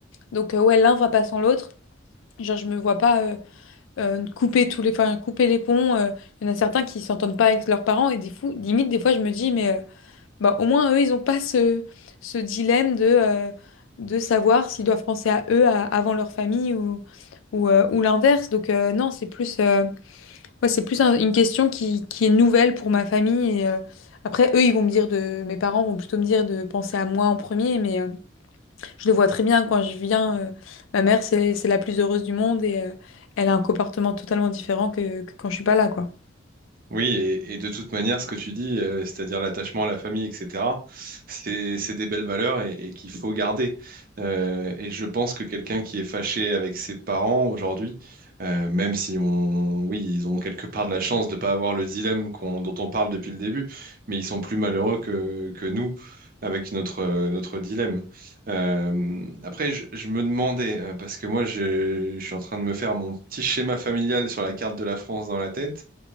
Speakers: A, on the left; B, on the right.
A: Donc, euh, ouais, l'un va pas sans l'autre. Genre, je me vois pas euh, euh, couper tous les, enfin, couper les ponts. euh. Il y en a certains qui s'entendent pas avec leurs parents et des fous, limite, des fois, je me dis, mais. euh, bah, au moins, eux, ils n'ont pas ce, ce dilemme de, euh, de savoir s'ils doivent penser à eux à- avant leur famille ou, ou, euh, ou l'inverse. Donc, euh, non, c'est plus, euh, ouais, c'est plus un- une question qui, qui est nouvelle pour ma famille. Et, euh, après, eux, ils vont me dire de, mes parents vont plutôt me dire de penser à moi en premier, mais euh, je le vois très bien quand je viens. euh, ma mère, c'est, c'est la plus heureuse du monde et euh, elle a un comportement totalement différent que, que quand je suis pas là, quoi.
B: Oui, et, et de toute manière, ce que tu dis, euh, c'est-à-dire l'attachement à la famille, etc., c'est, c'est des belles valeurs et, et qu'il faut garder. Euh, et je pense que quelqu'un qui est fâché avec ses parents aujourd'hui, euh, même si on, oui, ils ont quelque part de la chance de ne pas avoir le dilemme qu'on, dont on parle depuis le début, mais ils sont plus malheureux que, que nous avec notre, euh, notre dilemme. Euh, après, je, je me demandais, euh, parce que moi, je je suis en train de me faire mon petit schéma familial sur la carte de la France dans la tête.